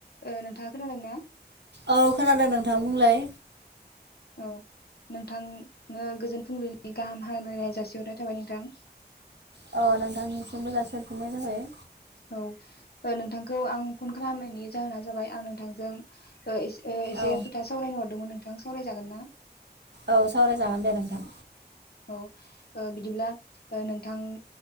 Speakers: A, on the left; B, on the right.
A: ओ नोंथाङा खोनादों ना?
B: औ खोनादों नोंथां बुंलाय
A: औ नोंथांनो गोजोन फुंबिलिनि गाहाम हामलायनाय जासिहरनाय थाबाय नोंथां
B: अ नोंथांनिसिमबो जासि हरफिननाय जाबाय।
A: औ ओ नोंथांखौ आं फन खालामनायनि जाहोना जाबाय आं नोंथांजों ओ एस ओ एसे
B: औ
A: खोथा सावरायनो हरदोंमोन नोंथां। नोंथां सावरायजागोन ना?
B: औ सावरायजागोन दे नोंथां।
A: औ ओ बिदिब्ला ओ नोंथां